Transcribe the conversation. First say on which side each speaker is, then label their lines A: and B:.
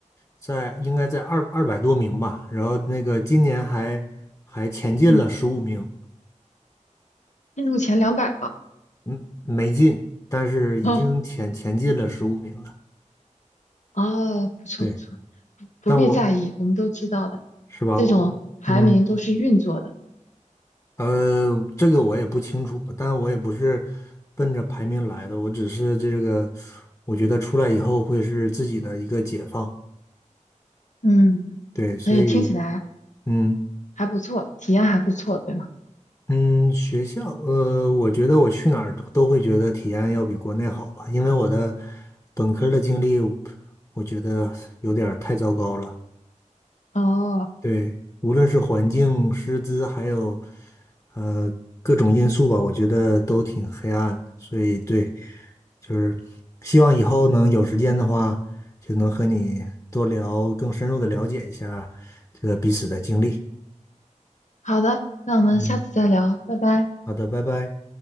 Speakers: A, on the left; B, on the left.
A: 在应该在二二百多名吧，然后那个今年还还前进了十五名，
B: 嗯，进入前两百了。
A: 嗯，没进，但是已经前前进了十五名了，
B: 哦，哦，不错不错，
A: 对，
B: 不不必在意，
A: 但我
B: 我们都知道的，
A: 是吧，
B: 这种排名都是运作的，
A: 我嗯。呃，这个我也不清楚，但我也不是奔着排名来的，我只是这个，我觉得出来以后会是自己的一个解放，
B: 嗯，
A: 对，所对以，
B: 所以听起来
A: 嗯
B: 还不错，体验还不错，对吗？
A: 嗯，学校，呃，我觉得我去哪儿都都会觉得体验要比国内好吧，因为我的本科儿的经历，我觉得有点儿太糟糕了。
B: 哦，
A: 对，无论是环境、师资，还有呃各种因素吧，我觉得都挺黑暗的所以对，就是希望以后能有时间的话，就能和你多聊，更深入的了解一下这个彼此的经历。
B: 好的，那我们下次再聊，
A: 嗯，
B: 拜拜。
A: 好的，拜拜。